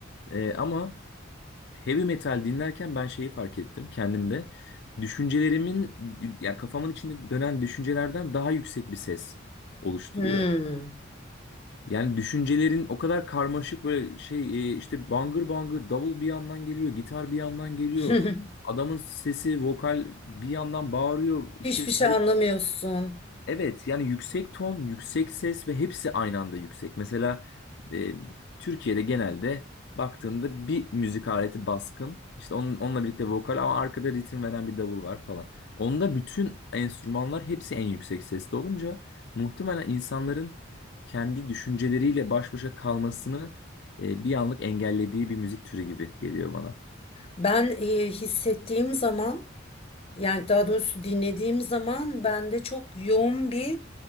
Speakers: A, on the left; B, on the left.
A: Ee, ama heavy metal dinlerken ben şeyi fark ettim kendimde. Düşüncelerimin, ya kafamın içinde dönen düşüncelerden daha yüksek bir ses oluşturuyor.
B: Hmm.
A: Yani düşüncelerin o kadar karmaşık böyle şey e, işte bangır bangır davul bir yandan geliyor, gitar bir yandan geliyor.
B: <laughs>
A: Adamın sesi, vokal bir yandan bağırıyor. İşte
B: Hiçbir
A: garip
B: şey anlamıyorsun.
A: Evet yani yüksek ton, yüksek ses ve hepsi aynı anda yüksek. Mesela e, Türkiye'de genelde baktığında bir müzik aleti baskın. işte onun, onunla birlikte vokal ama arkada ritim veren bir davul var falan. Onda bütün enstrümanlar hepsi en yüksek seste olunca muhtemelen insanların kendi düşünceleriyle baş başa kalmasını e, bir anlık engellediği bir müzik türü gibi geliyor bana.
B: Ben e, hissettiğim zaman Yani daha doğrusu dinlediğim zaman bende çok yoğun bir